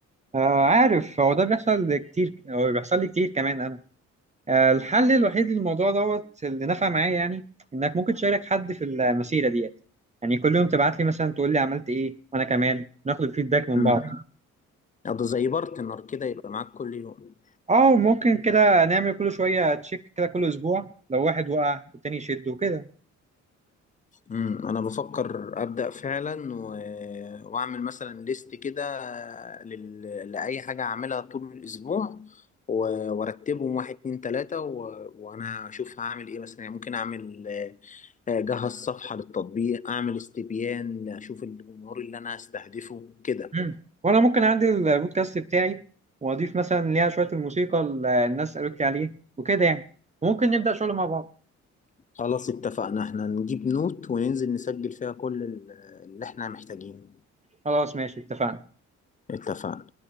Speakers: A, on the right; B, on the left.
A: آه عارف هو ده بيحصل كتير هو بيحصل لي كتير كمان آه، الحل الوحيد للموضوع دوت اللي نفع معايا يعني انك ممكن تشارك حد في المسيره ديت يعني كل يوم تبعت لي مثلا تقول لي عملت ايه وانا كمان ناخد الفيدباك من
B: امم
A: بعض
B: ده زي بارتنر كده يبقى معاك كل يوم
A: اه ممكن كده نعمل كل شويه تشيك كده كل اسبوع لو واحد وقع التاني يشده وكده
B: امم انا بفكر ابدا فعلا و... واعمل مثلا ليست كده لل... لاي حاجه اعملها طول الاسبوع و... وارتبهم واحد اتنين تلاته و... وانا اشوف هعمل ايه مثلا يعني ممكن اعمل آه، اجهز صفحه للتطبيق اعمل استبيان اشوف الجمهور اللي انا هستهدفه كده
A: مم. وانا ممكن اعدل البودكاست بتاعي واضيف مثلا ليها شويه الموسيقى اللي الناس قالت لي عليه وكده يعني ممكن نبدا شغل مع بعض
B: خلاص اتفقنا احنا نجيب نوت وننزل نسجل فيها كل ال- اللي احنا محتاجينه
A: خلاص ماشي اتفقنا
B: اتفقنا